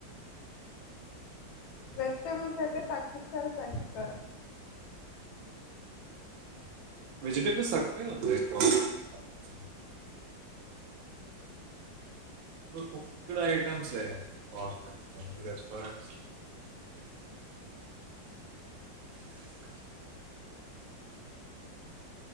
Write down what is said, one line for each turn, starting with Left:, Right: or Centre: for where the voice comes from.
Left: వెజిటబుల్స్ అయితే తగ్గిస్తారు, పెంచుతారు
Right: వెజిటేబుల్స్ <unintelligible> కుక్డ్ ఐటమ్సే బాంటాయ్ రెస్టారెంట్స్ <unintelligible>